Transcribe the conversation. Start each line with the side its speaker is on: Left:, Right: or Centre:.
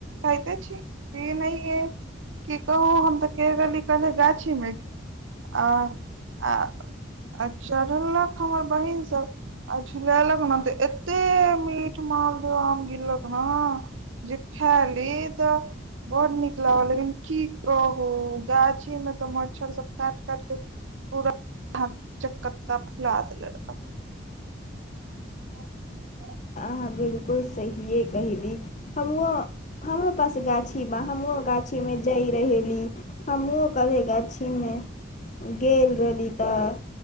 Right: खायते छी ई नै या की कहु हम तऽ के रहली कहले गाछी मे आ आ आ चढ़ैलक हमर बहिन सब। आ झुलेलक ने ते एते मीठ मालदो आम गिरलक। हां जे खाय ली तऽ बहुत नीक लागल लेकिन की कहु गाछी मे तऽ मच्छर सब काट-काट के पूरा हाथ चकता फुला देला रहे। अच्छा।
Left: हां बिलकुल सहिये कहली, हमुओ हमरो पास गाछी बा हमु गा छी मे जाय रहेली, हमुओ कभी गाछी मे गेल रहली तऽ